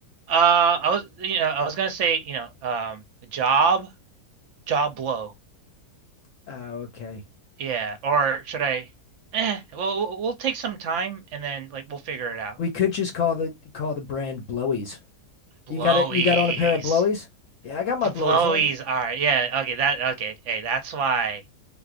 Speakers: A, on the right (about 60°); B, on the left (about 60°).
A: uh, I was, you know, I was gonna say, you know, um, job. Jaw blow.
B: Oh, okay.
A: Yeah. Or should I? Eh. Well, we'll we'll take some time and then like we'll figure it out.
B: We could just call the call the brand Blowies.
A: Blowies.
B: You got it. You got on a pair of Blowies. Yeah, I got my
A: Blowies
B: Blowies on.
A: are. Yeah. Okay. That. Okay. Hey, that's why